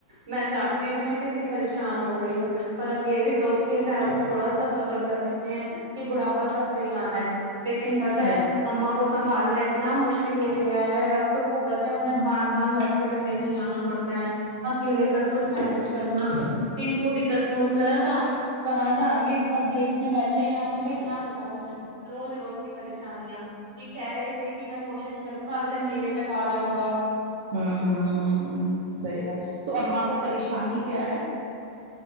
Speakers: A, on the right; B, on the right.
A: میں جانتی ہوں میں کتنے پریشان ہو گئی ہوں پر اب یہ بھی سوچ کے آپ تھوڑا سا صبر کر لیتے ہیں کہ بڑاپا سب پہ ہی آنا ہے لیکن پت ہے
B: ہوں
A: اما کو سنبھالنا اتنا مشکل ہو گیا ہے اب تو وہ پتا ہے انہیں بار بار ہاسپٹل لے کے جانا پڑتا ہے اکیلے سب کچھ مینج کرنا ان کو بھی کل فون کرا تھا کہا تھا یہ پردیس میں بیٹھے ہیں اب انہیں کیا بتاؤ میں روز روز کی پریشانیاں یہ کہہ رہے تھے کہ میں کوشش کروں گا اگلے مہینے تک آ جاؤں گا
B: ہاں ہاں ہاں ہاں صحیح بات تو اماں کو پریشانی کیا ہے